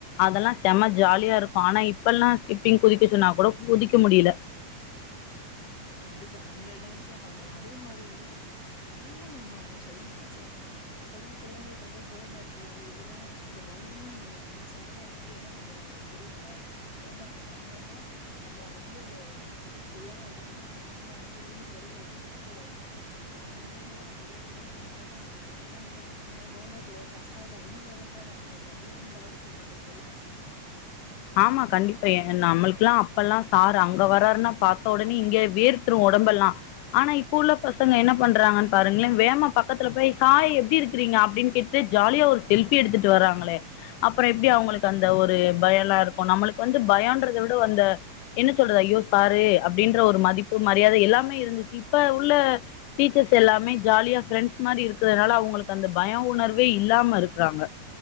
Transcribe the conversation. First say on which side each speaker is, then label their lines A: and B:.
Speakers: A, on the left; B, on the left.
A: அதெல்லா செம ஜாலியா இருக்கு ஆனா இப்பல்லா ஸ்கிப்பிங் குதிக்க சொன்னா கூட குதிக்க முடியல
B: கண்டிப்பா ஹண்ரட் டைய்ம்ஸ்லா பண்ணுவோ அதே மாரி இன்னொன்னு ஒன்னு சொல்லனும் நெனைச்சே இப்பெல்லா பிள்ளைகளுக் வந்து ஹோம் ஒர்க்கு அது இதெல்லா அந்த பாய் யமே இல்ல நம்ம சார்லா எப்டி என்ன பண்ணுவாங்க அவங்களுக்கு தெரியும்ல ஹோம் ஒர்க் பண்ணலனா நம்மள வந் வந்து செய்யாம வந்துட்டனா கிளாஸ்ல வந்து ரூமுக்கு வெளில வந்து முட்டி போட வப்பாங்க அந்த நினைவுல்லா நமக்கு வந்து இன்னும் மறக்க மாட்டக்கு ஆ னா இந்த பசங்க ஹோம்ர்க்ல அசால்டா இன்னைக்கு எழுதல்லாடா என்ன நாளைக்கு அப்ப அந்த அளவுக்கு இருக்காங்க இப்ப உள்ள பசங்க
A: ஆமா கண்டிப்பா எ நம்மளுக்குல்லா அப்பல்லா சாரு அங்க வராருன்னா பாத்த ஒடனே இங்க வேர்த்துருவோ ஒடம்பெல்லா ஆனா இப்ப உள்ள பசங்க என்ன பண்றாங்கன்னு பாருங்களே வேகமா பக்கத்துல போய் ஹாய் எப்டி இருக்கிறீங் க அப்டின்னு கேட்டுட்டு ஜாலியா ஒரு செல்ஃபி எடுத்துட்டு வராங்களே அப்பறோ எப்டி அவங்களுக்கு அந்த ஒரு பயம்லா இருக்கு நம்மளுக்கு வந்து பயம்ன்றத விட அந்த என்ன சொல்றது ஐயோ சாரு அப்டின்ற ஒரு மதிப்பு மரியாத எல்லாமே இருந்துச்சி இப்ப உள்ள டீச்சர்ஸ் எல்லாமே ஜாலியா ஃபிரெண்ட்ஸ் மாரி இருக்கிறனால அவங்களுக்கு அந்த பய ய உணர்வே இல்லாம இருக்குறாங்க